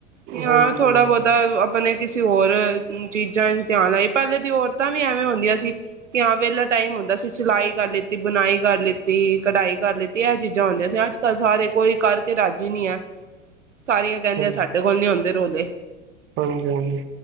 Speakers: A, on the right; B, on the right.
A: ਵੀ ਹਾਂ
B: ਹਾਂਜੀ
A: ਥੋੜਾ ਬਹੁਤਾ ਅਪਨੇ ਕਿਸੇ ਓਰ ਚੀਜਾਂ ਚ ਧਿਆਨ ਲਾਈ ਪਹਿਲੇ ਦੀ ਔਰਤਾਂ ਵੀ ਐਵੇਂ ਹੁੰਦੀਆਂ ਸੀ ਕਿ ਹਾ ਵੇਲਾ ਟਾਈਮ ਹੁੰਦਾ ਸੀ ਸਿਲਾਈ ਕਰ ਲੀ ਤੀ, ਬੁਨਾਈ ਕਰ ਲਿੱਤੀ, ਕਢਾਈ ਕਰ ਲਿੱਤੀ, ਏ ਚੀਜਾ ਹੁੰਦੀਆਂ ਸੀ ਅੱਜ-ਕੱਲ ਸਾਰੇ ਕੋਈ ਕਰਕੇ ਰਾਜੀ ਨਈ ਐ। ਸਾਰੀਆਂ ਕਹਿੰਦੇ
B: ਹਾਂਜੀ
A: ਆ ਸਾਡੇ ਕੋਲ ਨੀ ਹੋਂਦੇ। ੋਦੇ
B: ਹਾਂਜੀ ਹਾਂਜੀ।